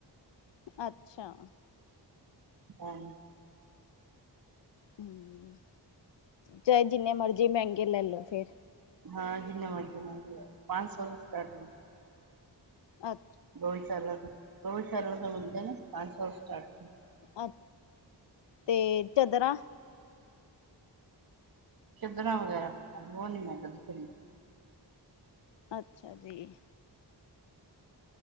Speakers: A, on the left; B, on the right.
A: ਅੱਛਾ।
B: ਹਾਂ।
A: ਹਮ, ਚਾਹੇ ਜਿੰਨੇ ਮਰਜ਼ੀ ਮਹਿੰਗੇ ਲੈ ਲੋ ਫੇਰ।
B: ਹਾਂ, ਜਿੰਨੇ ਮਰਜ਼ੀ ਮੈਹਗੇਜ ਪੰਜ ਸੌ ਸਟਾਰ।
A: ਅ
B: ਗਾਊਸ਼ਾਲਾ ਤੋਂ, ਗਊਸ਼ਾਲਾ ਤੋ ਮਿਲਦੇ ਨੇ ਪੰਜ ਸੌ ਸਟਾਰਟ
A: ਅੱ ਤੇ ਚਾਦਰਾਂ
B: ਚਦਰਾ ਵਗੈਰਾ ਉਹ ਨੀ ਮੈਂ ਕਦੇ ਖਰੀਦੀ।
A: ਅੱਛਾ ਜੀ।